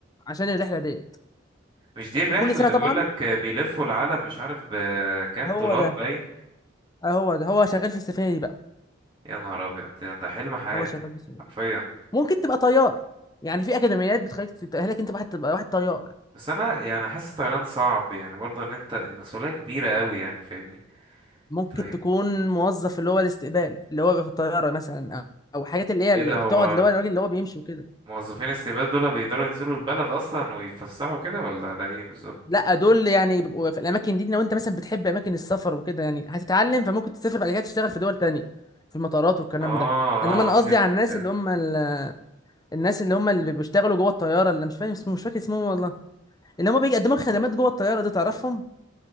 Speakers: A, on the left; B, on the right.
A: عشان الرحله ديت
B: مش دي الرحله
A: وكل سنه
B: اللي
A: طبعا
B: بيقول لك بيلفوا العالم مش عارف بكام
A: هو
B: دولار
A: ده
B: باين
A: آه هو ده هو شغال في السفينه دي بقى
B: يا نهار ابيض ده ده حلم حياتي
A: هو شغال في السفينه
B: حرفيا
A: ممكن تبقى طيار يعني في اكاديميات بتخليك تتاهلك انت واحد تبقى واحد طيار
B: بس انا يعني حاسس طيران صعب يعني برضه ان انت مسؤوليه كبيره قوي يعني فاهمني
A: ممكن
B: طيب
A: تكون موظف اللي هو الاستقبال اللي هو بيبقى في الطياره مثلا او أو حاجات اللي هي
B: ايه
A: اللي
B: ده
A: بتقعد
B: هو
A: اللي هو الراجل اللي هو بيمشي وكده
B: موظفين استباد دول بيقدروا ينزلوا البلد اصلا ويتفسحوا كده ولا ده ايه بالظبط
A: لا دول يعني بيبقوا في الاماكن دي لو انت مثلا بتحب اماكن السفر وكده يعني هتتعلم فممكن تسافر بعد كده تشتغل في دول تانية في المطارات والكلام
B: اه
A: ده انما انا
B: اه فهمت
A: قصدي على الناس
B: فهمت
A: اللي هم ال... الناس اللي هم اللي بيشتغلوا جوه الطياره اللي مش فاهم اسمه مش فاكر اسمهم والله اللي هم بيقدموا لك خدمات جوه الطياره دي تعرفهم